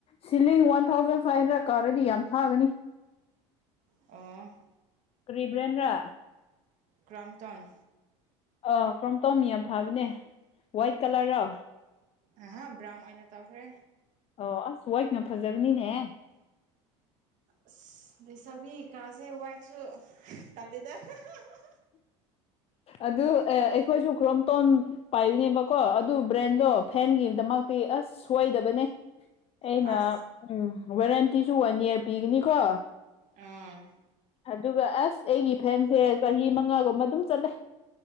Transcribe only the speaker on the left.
ceiling one thousand five hundred ꯀꯥꯗꯗꯤ ꯌꯥꯝ ꯊꯥꯒꯅꯤ꯫
ꯀꯔꯤ ꯕ꯭ꯔꯥꯟꯂꯥ
ꯑꯣ ꯀ꯭ꯔꯣꯝꯇꯣꯟ ꯌꯥꯝ ꯐꯕꯅꯦ ꯋꯥꯏꯠ ꯀꯂꯔꯔꯣ
ꯑꯣ ꯑꯁ ꯋꯥꯏꯠꯅ ꯐꯖꯕꯅꯤꯅꯦꯍꯦ
ꯑꯗꯨ ꯑꯦ ꯑꯩꯈꯣꯏꯁꯨ ꯀ꯭ꯔꯣꯝꯇꯣꯟ ꯄꯥꯏꯕꯅꯦꯕꯀꯣ ꯑꯗꯨ ꯕ꯭ꯔꯦꯟꯗꯣ ꯐꯦꯟꯒꯤꯗꯃꯛꯇꯤ ꯑꯁ ꯁꯣꯏꯗꯕꯅꯦ ꯑꯩꯅ
ꯎꯝ ꯋꯥꯔꯦꯟꯇꯤꯁꯨ ꯋꯥꯟ ꯏꯌꯥꯔ ꯄꯤꯒꯅꯤꯀꯣ꯫
ꯑꯗꯨꯒ ꯑꯁ ꯑꯩꯒꯤ ꯐꯦꯟꯁꯦ ꯆꯍꯤ ꯃꯉꯥꯒꯨꯝꯕ ꯑꯗꯨꯝ ꯆꯠꯂꯦ